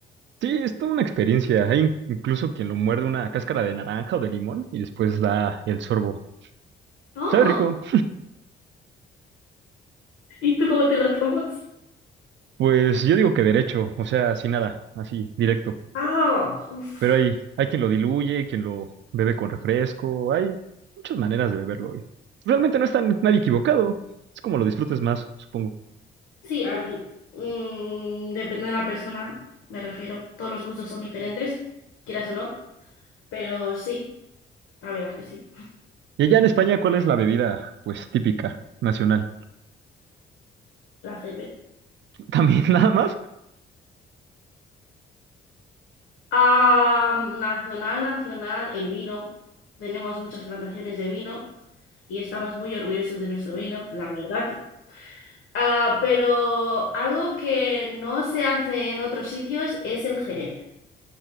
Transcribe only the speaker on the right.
Sí, es toda una experiencia. Hay in- incluso quien lo muerde una cáscara de naranja o de limón y después da el sorbo.
¿Sabe rico?
Pues yo digo que derecho, o sea, sin nada, así, directo.
Pero hay, hay quien lo diluye, quien lo bebe con refresco, hay muchas maneras de beberlo hoy. Realmente no está nadie equivocado, es como lo disfrutes más, supongo.
Y allá en España, ¿cuál es la bebida, pues, típica, nacional?
<laughs> También nada más,